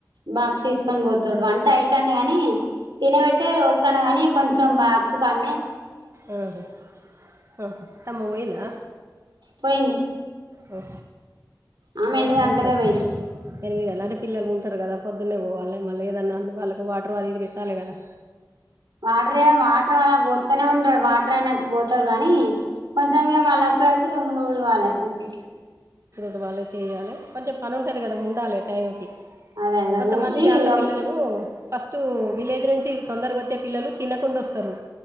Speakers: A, on the right; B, on the right.
A: బాక్స్ తీసు కని పోతాడు వంట అవుతందిగాని తినబెట్టే వెళ్తాను కాగానీ కొంచెం బా స కానే
B: ఆహా హా అత్తమ్మ పోయిందా
A: పోయింది
B: ఆ
A: ఆమె
B: అదే
A: ఎనిమిది గంటలకే
B: కొంచెం
A: పోయింది
B: ఎనిమిగాదే అం పిల్లలు ఉంటారు కదా పొద్న్ననే పోవాలి మళ్ళీ ఏదన్నా అన్న వాళ్ళకి వాటర్ అది ఇది పెట్టాలే కదా
A: వాటర్ే వాటర్ వాలా పోస్తూనే ఉంటాడు వాటర్ అ నచ్చిపోతావు కానీ కొంచెం ఇంక మళ్ళ వచేవరకి రూములు ఊడవాలి అంతే
B: ఉడువలే చేయాలే కొంచెం పని ఉంటుంది కదా ఉండాలి టైంకి
A: అదే అదే
B: కొంతమంది
A: ఊడ్చి
B: వ్యాంల
A: ఇక
B: పిల్లలు ఫస్టు విలేజ్ నుంచి తొందరగా వచ్చే పిల్లలు తినకుండా వస్తరు.